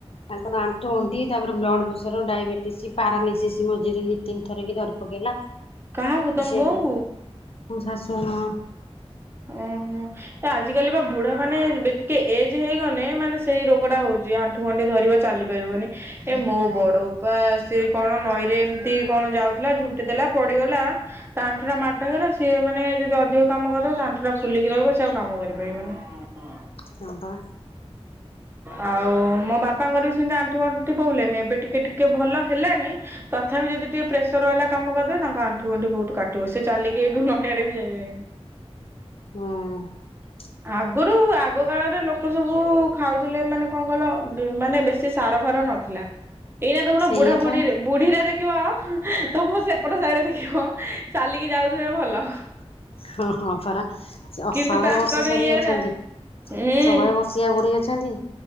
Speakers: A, on the left; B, on the right.
A: ତାଙ୍କର ଆଣ୍ଠୁ ଗଣ୍ଠି ତାପରେ ବ୍ଲଡ଼ ପ୍ରେସର ଡାଇବେଟିସ୍ ପାରାଲିସିସ୍ ମଝିରେ ଦିଇ ତିନି ଧରି ପକେଇଲା।
B: କାହାକୁ ତମ
A: ସେଇଠି
B: ବୋଉଙ୍କୁ?
A: ଶାଶୁ ହଁ।
B: ଓହୋ ଏ ଆଜିକାଲି ବା ବୁଢା ମାନେ ଟିକେ ଏଜ ହେଇଗଲେ ମାନେ ସେଇ ରୋଗ ଟା ହଉଛି ଆଣ୍ଠୁ ଗଣ୍ଠି ଧରିବ ଚାଲିପାରିବନି। ମୋ ବଡ ଉପା ସେ କଣ ନଈରେ ଏମିତି କଣ ଯାଉଥିଲା ଝୁଣ୍ଟି ଦେଲା ପଡିଗଲା। ତା ଆଣ୍ଠୁ ଟା ମାଡ଼ ହେଲା ସିଏ ମାନେ ଯଦି ଅଧିକ କାମ କରିଦବ ତା ଟା ଫୁଲିକି ରହିବ ସେ ଆଉ କାମ କରିପାରିବନି।
A: ହଁ ପା।
B: ଆଉ ମୋ ବାପା ବାପାଙ୍କର ବି ସେମିତି ଆଣ୍ଠୁ ଗଣ୍ଠି ପୋବ୍ଲେମ ଏବେ ଟିକେ ଟିକେ ଭଲ ହେଲାଣି ତଥାପି ଯଦି ଟିକେ ପ୍ରେସର ବାଲା କା କାମ କରିଦେବେ ତାଙ୍କ ଆଣ୍ଠୁ ଗଣ୍ଠି ବହୁତ କାଟିବ ସେ ଚାଲିକି ଏଇଠୁ ନାଇଁ ଆଡେବି ଯାଇପାରିବେନି।
A: ହଁ।
B: ଆଗରୁ ଆଗ କାଳରେ ଲୋକ ସବୁ ଖାଉଥିଲେ ମାନେ କଙ୍ଗଲ ମାନେ ବେଶି ସାର ଫାର ନଥିଲା। ଏଇନା ଦେଖୁନ
A: ସେଇଆ
B: ବୁଢା ବୁଢୀରେ
A: ପା
B: ବୁଢୀରେ ଦେଖ ଦେଖିବା ତମ ସେପଟ ସାହିରେ ଦେଖିବ ଚାଲିକି ଯାଉଥିବେ ଭଲ।
A: ହଁ ହଁ ପରା ସ
B: କିନ୍ତୁ
A: ଶହେ
B: ତାଙ୍କର
A: ବର୍ଷ ସରି
B: ଇଏରା
A: ଅଛନ୍ତି
B: ହୁଁ।
A: ଶହେ ବର୍ଷିଆ ପଢି <unintelligible> ଅଛନ୍ତି